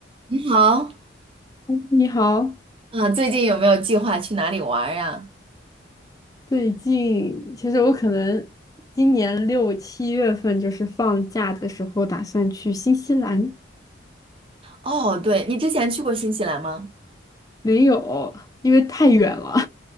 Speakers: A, on the right (about 30°); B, on the left (about 20°).
A: 你好，
B: 你好，
A: 啊，最近有没有计划去哪里玩儿呀？
B: 最近其实我可能今年六七月份就是放假的时候，打算去新西兰，
A: 哦，对，你之前去过新西兰吗？
B: 没有，因为太远了